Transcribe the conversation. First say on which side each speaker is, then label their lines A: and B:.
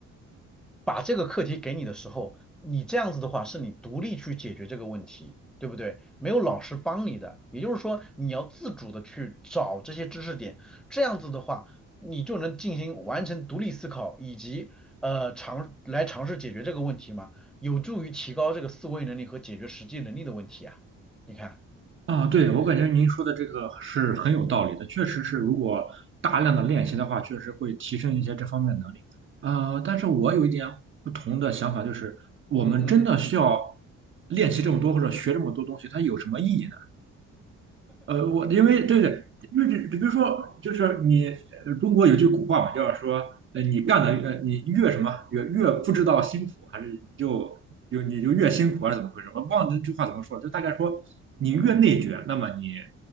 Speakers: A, in the centre; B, on the right.
A: 把这个课题给你的时候，你这样子的话是你独立去解决这个问题，对不对？没有老师帮你的，也就是说你要自主的去找这些知识点，这样子的话，你就能进行完成独立思考以及呃尝来尝试解决这个问题嘛，有助于提高这个思维能力和解决实际能力的问题啊。你看，
B: 啊，对，我感觉您说的这个是很有道理的，确实是，如果大量的练习的话，确实会提升一些这方面的能力。啊、但是我有一点不同的想法，就是我们真的需要
A: 嗯嗯
B: 练习这么多或者学这么多东西，它有什么意义呢？呃，我因为对对，因为只比如说，就是你呃中国有句古话嘛，就叫说，呃，你干的呃，你越什么越越不知道辛苦，还是你就就你就越辛苦，还是怎么回事？我忘了那句话怎么说了就大概说，
A: 嗯嗯嗯
B: 你越内卷，那么你